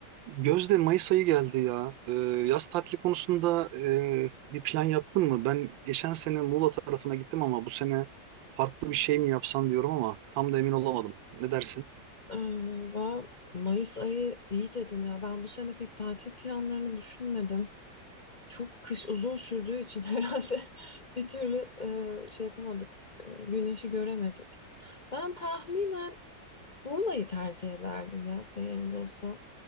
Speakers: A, on the right (about 85°); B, on the left (about 50°).
A: Gözde Mayıs ayı geldi ya. Ee, yaz tatili konusunda e, bir plan yaptın mı? Ben geçen sene Muğla tarafına gittim ama bu sene farklı bir şey mi yapsam diyorum ama tam da emin olamadım. Ne dersin?
B: Ee, va- Mayıs ayı iyi dedin ya. Ben bu sene pek tatil planlarını düşünmedim. Çok kış uzun sürdüğü için <laughs> herhalde bir türlü e, şey yapamadık. E, güneşi göremedik. Ben tahminen Muğla'yı tercih ederdim ya senin yerinde olsam.